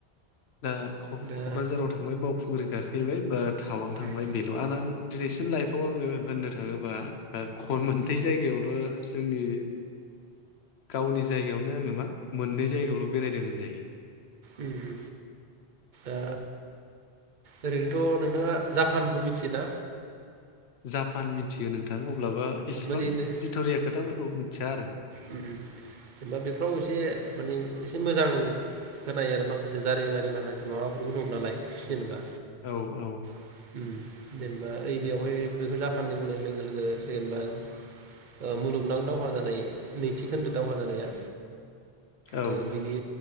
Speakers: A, on the left; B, on the right.
A: दा क-क'क्राझाराव
B: दा
A: थांबाय बाव खुग्रि गाखहैबाय बात टावां थांबाय
B: उम
A: बेल' आंंना आं दिनैसिम लाइफआव आङो होननो थाङोबा ओ खन मोननै जायगायावल' जोंनि गावनि जायगायावनो आङो मा मोननै जायगायावल' बेरायदों होनजायो
B: उम ओ ओरैनोथ' नोंथाङा जापानखौ मिथियो ना
A: जापान मि थियो नोंथां अब्लाबो इसेबां
B: माने
A: बिथरिया खोथाफोरखौ मिथि <unintelligible> आरो
B: जेनेबा बेफ्राव एसे माने एसे मोजां होनाय आरो माखासे जारिमिनारि माखासे माबाफोरबो दं नालाय जेनेबा
A: औ औ।
B: <unintelligible> ओ बेयावहाय बेखौ जापाननि बुंनो लोगो लोगो जेनेबा ओ मुलुगनां दावहा जानाय नैथिखोन्दो दावहा जानाया
A: औ
B: ओ बिनि